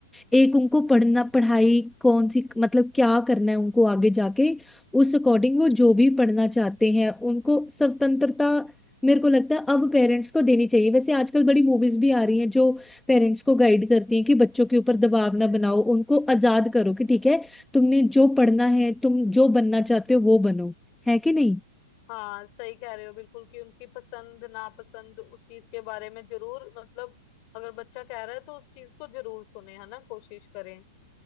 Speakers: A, in the centre; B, on the left.
A: एक उनको पढ़ना पढ़ाई कौन सी मतलब क्या करना है उनको आगे जाके उस अकॉर्डिंग वो जो भी पढ़ना चाहते हैं उनको स्वतंत्रता मेरे को लगता है अब पेरेंट्स को देनी चाहिए वैसे आजकल बड़ी मूवीज भी आ रही हैं जो पेरेंट्स को गाइड करती हैं कि बच्चों के ऊपर दबाव ना बनाओ उनको आजाद करो कि ठीक है तुमने जो पढ़ना है तुम जो बनना चाहते हो वो बनो है कि नहीं
B: हाँ सही कह रहे हो बिल्कुल कि उनकी पसंद नापसंद उस चीज के बारे में जरूर मतलब अगर बच्चा कह रहा है तो उस चीज को जरूर सुने है ना कोशिश करें